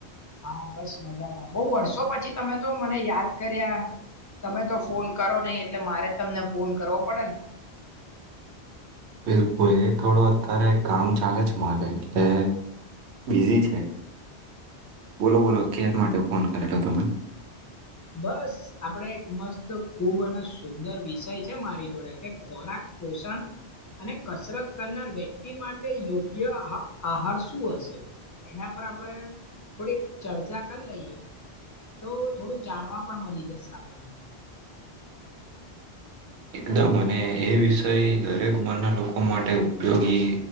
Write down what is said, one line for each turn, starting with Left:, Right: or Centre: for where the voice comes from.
Left: હા બસ મજામાં બહુ વર્ષો પછી તમે તો મને યાદ કર્યા તમે તો ફોન કરો નહી એટલે મારે જ તમને ફોન કરવો પડે ને
Right: બિલકુલ એ થોડો અત્યારે કામ ચાલે છે મારે એટલે બિઝી છે બોલો બોલો કે માટે ફોન કરેલો તમે
Left: બસ આપડે એક મસ્ત ખુબ અને સુંદર વિષય છે મારી જોડે કે ખોરાક પોષણ અને કસરત કરનાર વ્યક્તિ માટે યોગ્ય અહા આહાર શું હશે એના પર આપડે થોડીક ચર્ચા કરી લઈએ તો થોડું જાણવા પણ મળી જશે આપણને
Right: એકદમ અને એ વિષય દરેક મનના લોકો માટે ઉપયોગી